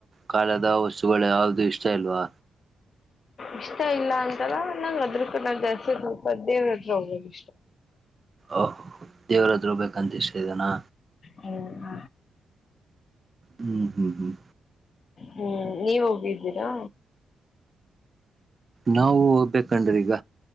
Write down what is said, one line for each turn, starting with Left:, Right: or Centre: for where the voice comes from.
Right: ಕಾಲದ ವಸ್ತುಗಳು ಯಾವ್ದು ಇಷ್ಟ ಇಲ್ವಾ
Left: ಇಷ್ಟ ಇಲ್ಲ ಅಂತಾರ ನಂಂಗ ಅದ್ರ ಕೂಡ ಜಾಸ್ತಿ ಸ್ವಲ್ಪ ದೇವ್ರ ಹತ್ರ ಹೋಗಬೋದು
Right: ಓ ದೇವ್ರಾದ್ರುೂ ಬೇಕಂತ ಇಷ್ಟ ಇದನಾ
Left: ಹ್ಮ
Right: ಹ್ಮ್ ಹ್ಮ್ ಹ್ಮ್
Left: ಹ್ಮ್ ನೀವ ಹೋಗಿದ್ದೀರಾ
Right: ನಾವು ಹೋಗ್ಬೇಕಂಡ್ರಿ ಈಗ